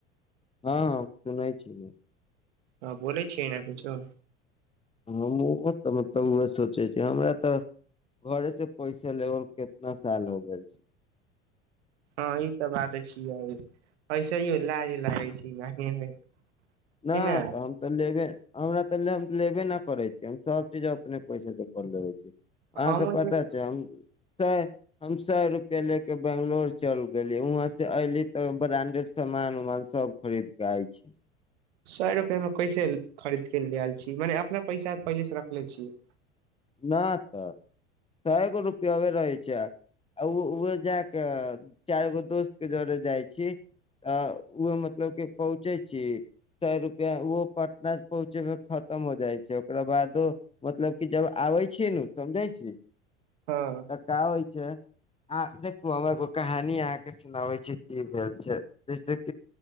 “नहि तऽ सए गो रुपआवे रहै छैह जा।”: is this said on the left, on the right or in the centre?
Left